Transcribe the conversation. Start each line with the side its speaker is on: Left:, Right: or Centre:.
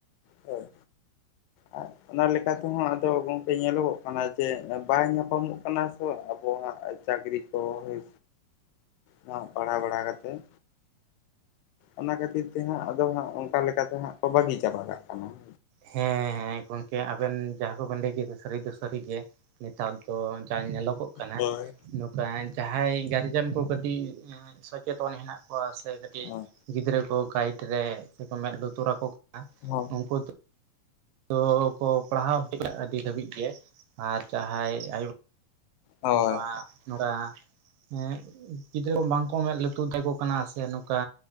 Left: ᱦᱳᱭ᱾ ᱟᱨ ᱚᱱᱟ ᱞᱮᱠᱟ ᱛᱮᱦᱚᱸ ᱟᱫᱚ ᱜᱚᱝᱠᱮ ᱧᱮᱞᱚᱜᱚᱜ ᱚᱱᱟ ᱡᱮ ᱵᱟᱭ ᱧᱟᱯᱟᱢᱚᱜ ᱠᱟᱱᱟ ᱥᱮ ᱟᱵᱚᱣᱟᱜ ᱪᱟᱹᱠᱨᱤ ᱠᱚ ᱦᱳᱭ᱾ ᱦᱟᱸᱜ ᱯᱟᱲᱦᱟᱣ ᱵᱟᱲᱟ ᱠᱟᱛᱮᱫᱼᱼ ᱚᱱᱟ ᱠᱷᱟᱹᱛᱤᱨ ᱛᱮ ᱦᱟᱸᱜ ᱟᱫᱚ ᱦᱟᱸᱜ ᱚᱱᱠᱟ ᱞᱮᱠᱟᱛᱮ ᱦᱟᱸᱜ ᱠᱚ ᱵᱟᱹᱜᱤ ᱪᱟᱵᱟ ᱠᱟᱜ ᱠᱟᱱᱟ ᱾
Right: ᱦᱮᱸ ᱜᱚᱝᱠᱮ ᱟᱵᱮᱱ ᱡᱟᱦᱟᱸ ᱠᱚᱵᱮᱱ ᱞᱟᱹᱭ ᱠᱮᱫᱟ ᱥᱟᱹᱨᱤ ᱫᱚ ᱥᱟᱹᱨᱤ ᱜᱮᱼᱼ ᱱᱮᱛᱟᱨ ᱫᱚ ᱡᱟ ᱧᱮᱞᱚᱜᱼᱼ ᱧᱮᱞᱚᱜᱚᱜ ᱠᱟᱱᱟ
Left: ᱦᱳᱭ
Right: ᱱᱚᱝᱠᱟ ᱡᱟᱦᱟᱸᱭ ᱜᱟᱨᱡᱮᱱ ᱠᱚ ᱠᱟᱹᱴᱤᱡ ᱥᱚᱪᱮᱛᱚᱱ ᱦᱮᱱᱟᱜᱼᱼ ᱠᱚᱣᱟ ᱥᱮ ᱠᱟᱹᱴᱤᱡ
Left: ᱦᱳᱭ
Right: ᱜᱤᱫᱽᱨᱟᱹ ᱠᱚ ᱜᱟᱭᱤᱰ ᱨᱮ ᱥᱮ ᱠᱚ ᱢᱮᱸᱫ ᱞᱩᱛᱩᱨ ᱟᱠᱚ ᱠᱟᱱᱟᱼᱼ
Left: ᱦᱚᱸ
Right: ᱩᱱᱩᱠᱩ ᱫᱼᱼ ᱛᱚ ᱠᱚ ᱯᱟᱲᱦᱟᱣ ᱠᱮ ᱟᱹᱰᱤ ᱫᱷᱟᱹᱵᱤᱡ ᱜᱮ ᱟᱨ ᱡᱟᱦᱟᱸᱭ ᱟᱭᱳᱼᱼ
Left: ᱦᱳᱭ
Right: ᱵᱟᱵᱟ ᱠᱟᱼᱼ ᱦᱮᱸ ᱜᱤᱫᱽᱨᱟᱹ ᱵᱟᱝᱠᱚ ᱢᱮᱸᱫ ᱞᱩᱛᱩᱨ ᱠᱟᱠᱚ ᱠᱟᱱᱟ ᱥᱮ ᱱᱚᱝᱠᱟᱼᱼ